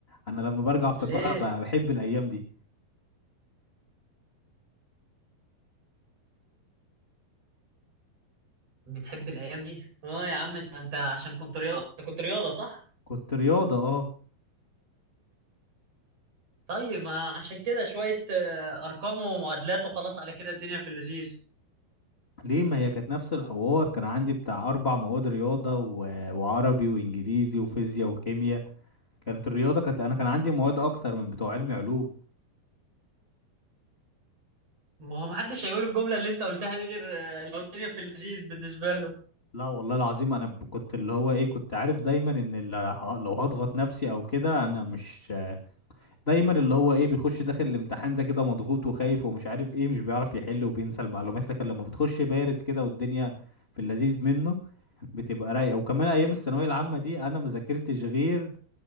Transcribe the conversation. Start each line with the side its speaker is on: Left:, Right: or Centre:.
Left: انا لما برجع افتكرها
Right: ليه
Left: ب- بحب الايام دي
Right: بتحب الايام دي اه يا عم انت انت عشان كنت رياضه انت كنت رياضه صح
Left: كنت رياضة اه
Right: طيب ما عشان كده شويه آه، ارقام ومعادلات وخلاص على كده الدنيا في اللذيذ
Left: ليه ما هي كانت نفس الحوار كان عندي بتاع أربع مواد رياضة و... وعربي وإنجليزي وفيزياء وكيمياء كانت الرياضة كانت أنا كان عندي مواد أكتر من بتوع علمي علوم
Right: ما هو محدش هيقول الجمله اللي انت قلتها دي غير آه، لو الدنيا في اللذيذ بالنسبه له
Left: لا والله العظيم أنا ب- كنت اللي هو إيه كنت عارف دايما إن اللي ه- لو هضغط نفسي أو كده أنا مش دايما اللي هو إيه بيخش داخل الامتحان ده كده مضغوط وخايف ومش عارف إيه مش بيعرف يحل وبينسى المعلومات لكن لما بتخش بارد كده والدنيا في اللذيذ منه بتبقى رايقه وكمان ايام الثانويه العامه دي انا ما ذاكرتش غير